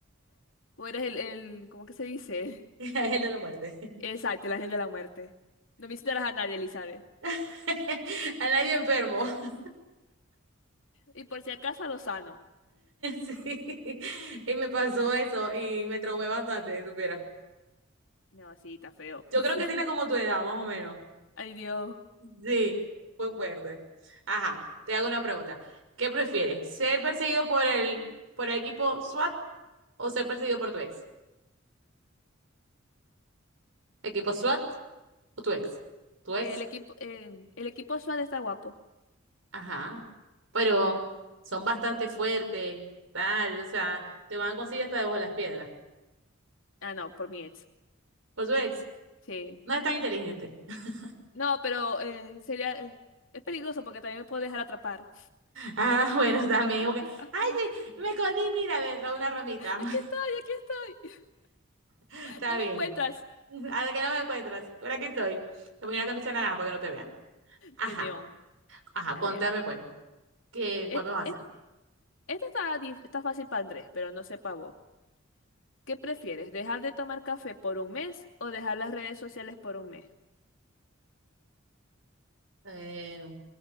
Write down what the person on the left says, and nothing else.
O eres el, el, ¿cómo que se dice?
Exacto, el ángel de la muerte. No visitarás a nadie, Elizabeth.
Y por si acaso a Lozano.
No, sí, está feo.
<laughs>
Ay, Dios.
El equipo, eh, el equipo Suárez está guapo.
Ah, no, por mi ex.
Sí.
No, pero eh, sería. eh, es peligroso porque también me puedo dejar atrapar.
<laughs>
Aquí
estoy, aquí estoy. <laughs>
No
me encuentras.
De neón.
A
ver.
et-
et- Esta está, dif- está fácil para Andrés, pero no sé para vos. ¿Qué prefieres? ¿Dejar de tomar café por un mes o dejar las redes sociales por un mes?